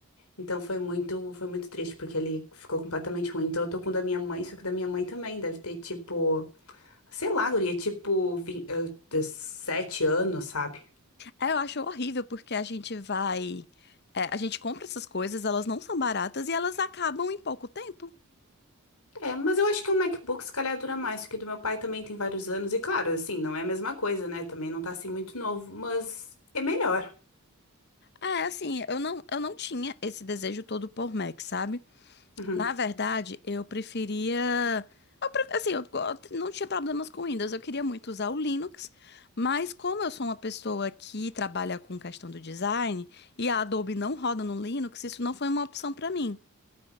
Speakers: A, on the left; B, on the left.
A: Então foi muito, foi muito triste, porque ele ficou completamente ruim. Então eu tô com o da minha mãe, só que o da minha mãe também deve ter tipo, sei lá, guria, tipo, vin- eh, sete anos, sabe?
B: É, eu acho horrível porque a gente vai. é, a gente compra essas coisas, elas não são baratas e elas acabam em pouco tempo.
A: É, mas eu acho que o MacBook se calhar dura mais, porque o do meu pai também tem vários anos. E claro, assim, não é a mesma coisa, né? Também não tá assim muito novo, mas é melhor.
B: É, assim, eu não, eu não tinha esse desejo todo por Mac, sabe?
A: Uhum.
B: Na verdade, eu preferia. eu pre- Assim, eu go- não tinha problemas com Windows, eu queria muito usar o Linux, mas como eu sou uma pessoa que trabalha com questão do design e a Adobe não roda no Linux, isso não foi uma opção pra mim.